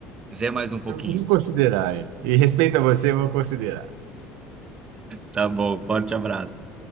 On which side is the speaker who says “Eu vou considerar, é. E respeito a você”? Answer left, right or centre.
Right